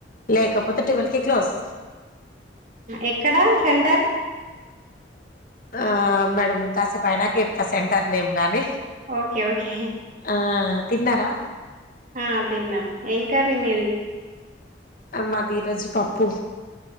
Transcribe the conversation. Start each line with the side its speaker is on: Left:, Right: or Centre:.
Left: లేకపోతే ట్వెల్వ్ కి క్లోజ్
Right: ఎక్కడా సెంటర్
Left: ఆ మేడం కాసేపు అయినాక చెప్తా సెంటర్ నేమ్ గాని
Right: ఓకే ఓకే
Left: ఆ తిన్నారా
Right: ఆ తిన్నాం ఏం కారీ మీది
Left: అ మాది ఈ రోజు పప్పు